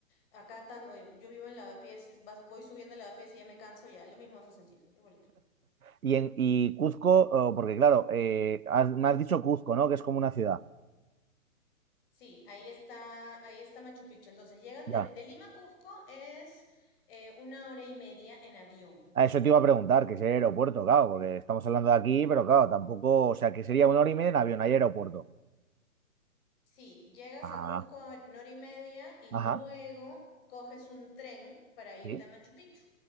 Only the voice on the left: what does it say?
acá tan... oye, yo vivo en Lavapiés, es- vas, voy subiendo Lavapiés y ya me canso, ya, lo mismo vas a sentir, igualito.
Sí, ahí está, ahí está Machu Picchu. Entonces, llegas
de, de Lima a Cusco es eh, una hora y media en avión.
Sí, llegas
a Cusco en hora y media y
luego coges un tren para irte
a Machu Picchu.